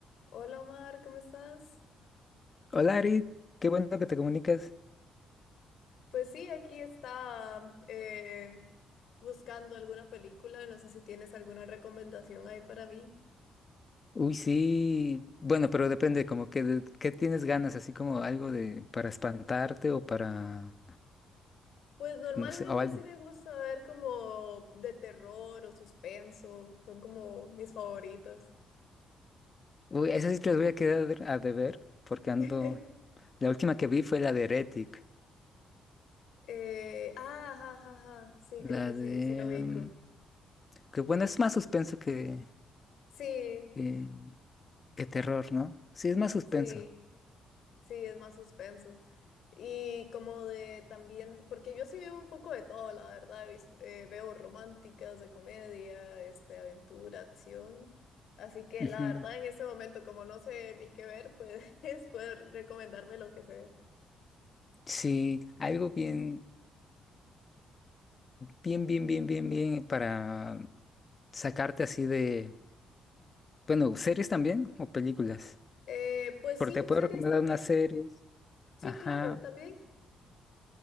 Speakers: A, on the left; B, on the left.
A: Hola Omar, ¿cómo estás?
B: Hola Ari, qué bueno que te comunicas.
A: Pues sí, aquí está eh, buscando alguna película, no sé si tienes alguna recomendación ahí para mí.
B: Uy, sí, bueno, pero depende, como que de- qué tienes ganas, así como algo de para espantarte o para,
A: Pues normalmente
B: no sé, o algo.
A: sí me gusta ver como de terror o suspenso, son como mis favoritas.
B: Uy, esas sí te las voy a quedar a deber, porque ando,
A: <laughs>
B: la última que vi fue la de Heretic,
A: Eh, ah, ajá, ajá, ajá, sí,
B: la
A: creo que sí,
B: de,
A: sí lo ubico.
B: mm, que bueno, es más suspenso que,
A: Sí,
B: que, que terror, ¿no? Sí, es más suspenso.
A: sí. Sí, es más suspenso. Y como de también, porque yo sí veo un poco de todo, la verdad, he vis- eh, veo románticas, de comedia, este, aventura, acción. Así que
B: Ujú.
A: la verdad en ese momento, como no sé ni qué ver, pues <laughs> puedes recomendarme lo que sea.
B: Sí, algo bien, bien, bien, bien, bien, bien para sacarte así de, bueno, series también o películas.
A: Eh, pues
B: Porque
A: sí,
B: te puedo
A: series
B: recomendar
A: también.
B: unas series.
A: Sí,
B: Ajá.
A: claro, también.